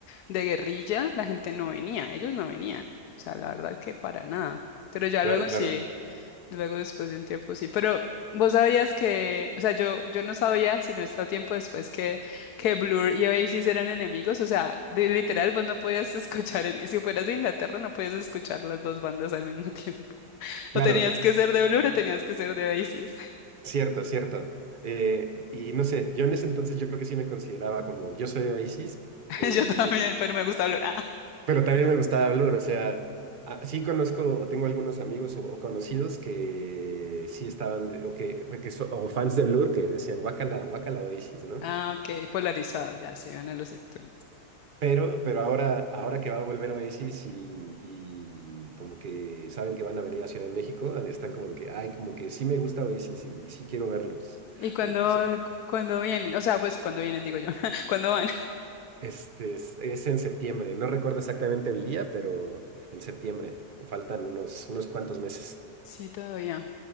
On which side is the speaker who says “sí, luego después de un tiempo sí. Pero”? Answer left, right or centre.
Left